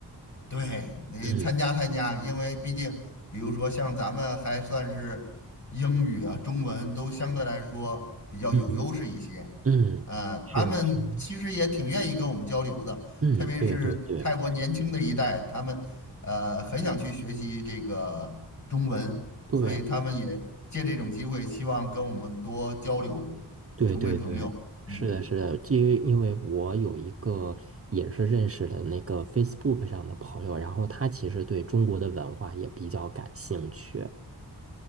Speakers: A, on the left; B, on the right.
A: 对，你参加参加，
B: 嗯
A: 因为毕竟，比如说像咱们还算是英语啊、中文都相对来说比较有优势一些，
B: 嗯嗯，
A: 呃，他们其实也挺愿意跟我们交流的，
B: 是的，是的。嗯，
A: 特别是泰国年轻的一代，
B: 对对对
A: 他们呃很想去学习这个中文，
B: 对。
A: 所以他们也借这种机会，希望跟我们多交流，
B: 对对对，
A: 成为朋友。嗯。
B: 是的，是的，因为因为我有一个也是认识的那个 Facebook 上的朋友，然后他其实对中国的文化也比较感兴趣。